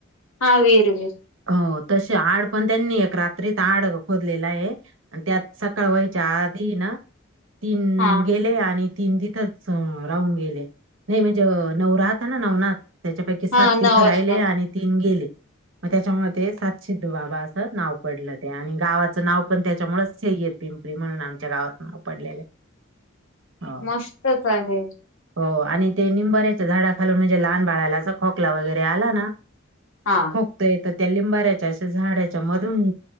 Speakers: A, on the left; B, on the right.
A: हा वेर वर
B: हो तशी आड पण त्यांनी एक रात्रीत आड खोदलेला आहे आणि त्यात सकाळ व्हायच्या आत त ना तीन
A: हा
B: गेले आणि तीन तथच राहून गेले नाही म्हणजे नव राहत आहे ना नवनाथ त्याच्यापैकी साती
A: हा नऊ
B: थरायले
A: असतात
B: आणि तीन गेले मग त्याच्यामुळे ते सातसिद्ध बाबा असं नाव पडलं ते आणि गावाचं नाव पण त्याच्यामुळेच गीर पिंपळी म्हणून आमच्या गावात नाव पडलेलं आहे ह
A: मस्तच आहे
B: हो आणि ते निंबाऱ्याच्या झाडा खालून म्हणजे लहान बाळाला अस खोकला वगैरे आला ना
A: हा
B: खोकत त्या लिंबाऱ्याच्या अे झाडाच्या मधून